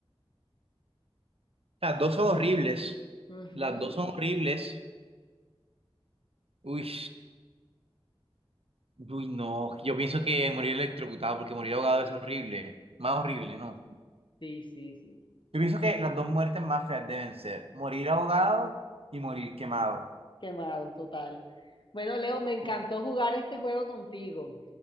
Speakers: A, on the right (about 80°); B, on the left (about 55°).
A: Las dos son horribles.
B: Ujú.
A: Las dos son horribles. Uy, uy, no. Yo pienso que morir electrocutado, porque morir ahogado es horrible. Más horrible, ¿no?
B: Sí, sí, sí.
A: Yo pienso que las dos muertes más feas deben ser morir ahogado y morir quemado.
B: Quemado, total. Bueno, Leo, me encantó
A: Bueno,
B: jugar este juego contigo.